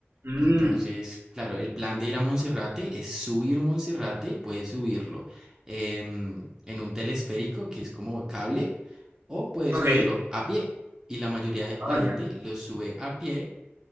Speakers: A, on the right; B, on the right.
A: Mm,
B: Entonces, claro, el plan de ir a Monserrate es subir Monserrate, puedes subirlo em, en un telesférico que es como cable o puedes
A: ok.
B: subirlo a pie. Y la mayoría de
A: Oh,
B: la
A: ya.
B: gente lo sube a pie